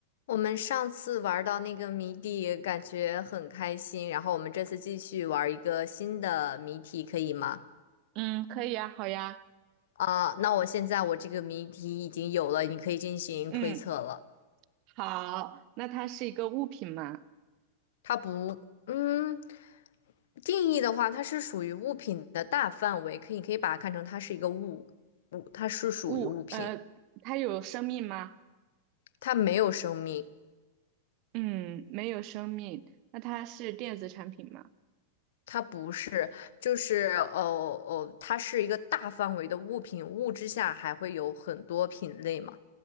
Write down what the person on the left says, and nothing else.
我们上次玩到那个谜底，感觉很开心，然后我们这次继续玩一个新的谜题，可以吗？
啊、那我现在我这个谜题已经有了，你可以进行推测了。
它不，嗯，定义的话，它是属于物品的大范围，可以可以把它看成它是一个物物，它是属于物品，
它没有生命，
它不是，就是呃呃，它是一个大范围的物品，物之下还会有很多品类嘛。